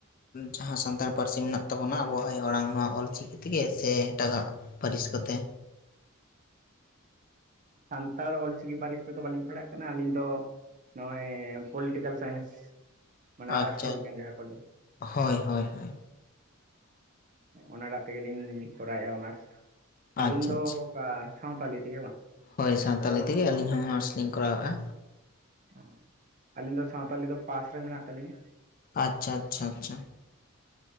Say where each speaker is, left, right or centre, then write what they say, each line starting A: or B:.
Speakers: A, on the left; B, on the right.
A: ᱡᱟᱦᱟᱸ ᱥᱟᱱᱛᱟᱲ ᱯᱟᱹᱨᱥᱤ ᱢᱮᱱᱟᱜ ᱛᱟᱵᱚᱱᱟ ᱟᱵᱚᱣᱟᱜ ᱟᱭᱳ ᱟᱲᱟᱝ ᱱᱚᱣᱟ ᱚᱞᱪᱤᱠᱤ ᱛᱮᱜᱮ ᱥᱮ ᱮᱴᱟᱜᱟᱜ ᱯᱟᱹᱨᱥᱤ ᱠᱚᱛᱮ
B: ᱥᱟᱱᱛᱟᱲ ᱚᱞᱪᱤᱠᱤ ᱯᱟᱹᱨᱥᱤ ᱚᱠᱛᱚ ᱫᱚ ᱵᱟᱹᱞᱤᱧ ᱯᱟᱲᱦᱟᱜ ᱠᱟᱱᱟ ᱟᱹᱞᱤᱧ ᱫᱚ ᱱᱚᱜᱼᱚᱭ ᱯᱚᱞᱤᱴᱤᱠᱮᱞ ᱥᱟᱭᱮᱱᱥ ᱢᱟᱱᱮ
A: ᱟᱪᱪᱷᱟ
B: ᱨᱟᱥᱴᱨᱚ ᱵᱤᱜᱽᱜᱟᱱ ᱡᱟᱦᱟᱸ ᱠᱚ
A: ᱦᱳᱭ ᱦᱳᱭ ᱦᱳᱭ
B: ᱚᱱᱟᱴᱟᱜ ᱛᱮᱜᱮᱞᱤᱧ ᱠᱚᱨᱟᱣᱮᱜᱼᱟ ᱚᱱᱟᱨᱥ ᱟᱹᱵᱤᱱ
A: ᱟᱪᱪᱷᱟ
B: ᱫᱚ
A: ᱟᱪᱪᱷᱟ
B: ᱵᱟ ᱥᱟᱶᱛᱟᱞᱤ ᱛᱮᱜᱮ ᱵᱟᱝ
A: ᱦᱳᱭ ᱥᱟᱶᱛᱟᱞᱤ ᱛᱮᱜᱮ ᱟᱹᱞᱤᱧ ᱦᱚᱸ ᱚᱱᱟᱨᱥ ᱞᱤᱧ ᱠᱚᱨᱟᱣ ᱮᱜ ᱼᱟ
B: ᱚ ᱟᱹᱞᱤᱧ ᱫᱚ ᱥᱟᱶᱛᱟᱞᱤ ᱫᱚ ᱯᱟᱥ ᱨᱮ ᱢᱮᱱᱟᱜ ᱛᱟᱹᱞᱤᱧᱟ
A: ᱟᱪᱪᱷᱟ ᱟᱪᱪᱷᱟ ᱟᱪᱪᱷᱟ